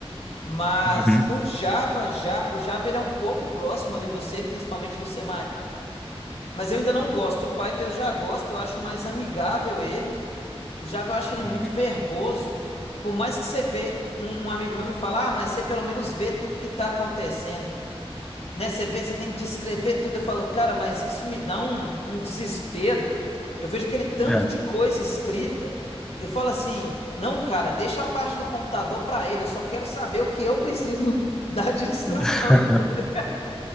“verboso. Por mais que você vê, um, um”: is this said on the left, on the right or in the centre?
Left